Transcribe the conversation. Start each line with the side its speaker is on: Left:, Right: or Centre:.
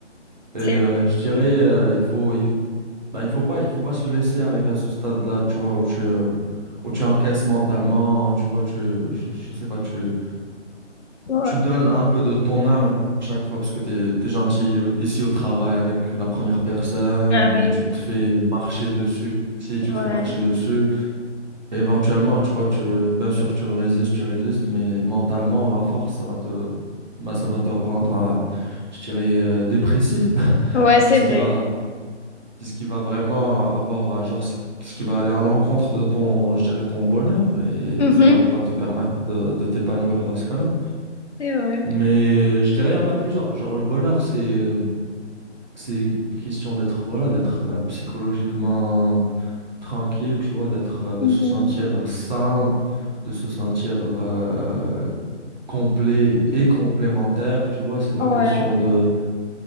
Right: Et
Left: C'est...
Right: euh, je dirais, euh, il faut, il, bah, il faut pas, il faut pas se laisser arriver à ce stade-là, tu vois, où tu, euh, où tu encaisses mentalement, tu vois, tu, je, je sais pas, tu,
Left: Ouais.
Right: tu donnes un peu de ton âme à chaque fois parce que t'es, t'es gentil au- ici au travail avec la première personne,
Left: Ah oui,
Right: tu te fais marcher dessus. Si
Left: Ouais,
Right: tu te fais marcher dessus, éventuellement, tu vois, tu, bien sûr, tu résistes, tu résistes, mais mentalement, à force, ça va te, bah, ça va te rendre, euh, je dirais, euh, dépressif. <laughs>
Left: ouais,
Right: Et
Left: c'est
Right: c'est ce
Left: vrai.
Right: qui va, c'est ce qui va vraiment avoir, euh, genre, ce ce qui va aller à l'encontre de ton, je dirais, ton bonheur. Et
Left: Mhm.
Right: ça va pas te permettre de, de t'épanouir dans ce cas-là.
Left: C'est vrai.
Right: Mais euh, je dirais, il y en a plusieurs. Genre, le bonheur, c'est euh, c'est question d'être voilà, d'être euh, psychologiquement tranquille, tu vois, d'être euh, de
Left: Mhm.
Right: se sentir sain, de se sentir euh, complet et complémentaire, tu vois, c'est pas
Left: Ouais,
Right: question de